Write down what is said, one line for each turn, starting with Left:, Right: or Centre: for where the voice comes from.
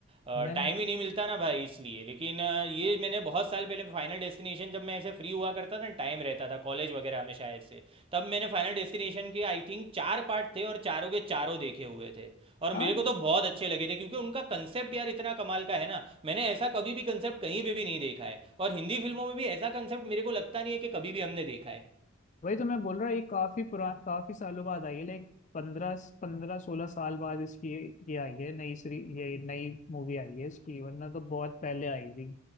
Right: टाइम
Left: मैंने
Right: ही नहीं मिलता ना भाई इसलिए लेकिन आ, ये मैंने बहुत साल पहले फाइनल डेस्टिनेशन जब मैं ऐसे फ्री हुआ करता था टाइम रहता था कॉलेज वगैरह में शायद से तब मैंने फाइनल डेस्टिनेशन के आई थिंक चार पार्ट थे और चारों के चारों देखे हुए थे और
Left: हाँ
Right: मेरे को तो बहुत अच्छे लगे थे क्योंकि उनका कंसेप्ट यार इतना कमाल का है ना मैंने ऐसा कभी भी कंसेप्ट कहीं पे भी नहीं देखा है और हिंदी फिल्मों में भी ऐसा कंसेप्ट मेरे को लगता नहीं है कि कभी भी हमने देखा है
Left: वही तो मैं बोल रहा ये काफी पुरा काफी सालों बाद आई है लाइक पंद्रह पंद्रह सोलह साल बाद इसकी ये ये आई है नई सीरी ये नई मूवी आई है इसकी वरना तो बहुत पहले आई थी